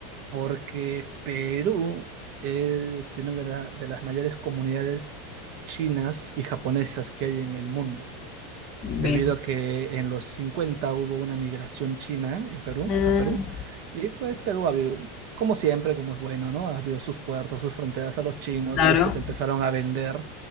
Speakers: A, on the right; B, on the left.
A: porque Perú eh, tiene una de, la- de las mayores comunidades chinas y japonesas que hay en el mundo debido
B: Ve.
A: a que en los 50 hubo una migración china en Perú,
B: Mm,
A: a Perú, y pues Perú abrió, como siempre, como es bueno, ¿no? Abrió sus puertos, sus fronteras a los chinos
B: claro.
A: y estos empezaron a vender,